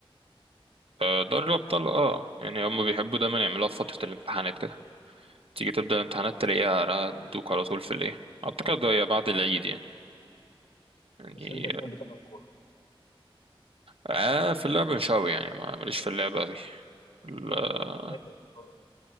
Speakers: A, on the right (about 75°); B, on the left (about 85°).
A: آه، دوري الأبطال اه يعني هم بيحبوا دايما يعملوها في فترة الامتحانات كده تيجي تبدأ الامتحانات تلاقيها دوك على طول في الإيه أعتقد هي بعد العيد يعني يعني
B: بس أنت بتحب تلعب كورة
A: آه في اللعب مش أوي يعني ما- ماليش في اللعب أوي ال-
B: بس بتحب تتفرج